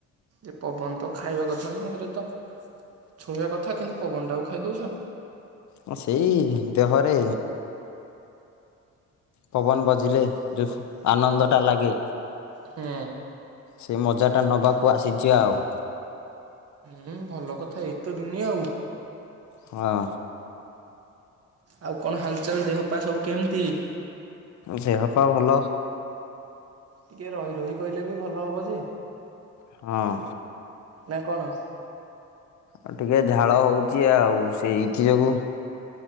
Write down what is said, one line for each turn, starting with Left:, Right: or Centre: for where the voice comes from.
Right: ଏ ପବନ ତ ଖାଇବା କଥା ନୁହଁ, ହେରେ ତ ଛୁଇଁବା କଥା କିନ୍ତୁ ପବନଟାକୁ ଖାଇଦଉଚ।
Left: ହଁ ସେଇ ଦେହରେ ପବନ ବଜିଲେ ଯୋଉ ଆନନ୍ଦ ଟା ଲାଗେ।
Right: ହୁଁ।
Left: ସେ ମଜାଟା ନେବାକୁ ଆସିଚି ଆଉ
Right: ହୁଁ ଭଲ କଥା ଏଇତ ଦୁନିଆ ଆଉ!
Left: ହଁ
Right: ଆଉ କଣ ହାଲଚାଲ ଦେହପା ସବୁ କେମିତି?
Left: ଦେହପା ଭଲ
Right: ଟିକେ ରହି ରହି କହିଲେ ବି ଭଲ ହେବ ଯେ,
Left: ହଁ
Right: ନା କଣ?
Left: ଅ ଟିକେ ଝାଳ ହଉଛି ଆଉ ସେ ଏଇଠି ଯୋଗୁ,